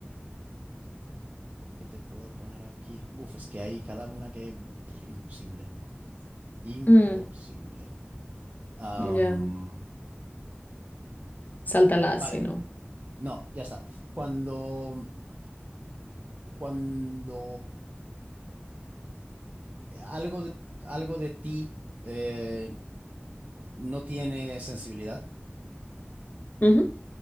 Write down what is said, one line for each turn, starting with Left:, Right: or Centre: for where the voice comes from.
Right: ¿Qué te puedo poner aquí? Uf, es que hay cada una que... pf, imposible. Imposible.
Left: Mm,
Right: Am,
Left: ya. Sáltalas,
Right: vale.
Left: si no.
Right: No, ya está. Cuando... Cuando algo de, algo de ti eh, no tiene sensibilidad.
Left: Ujú.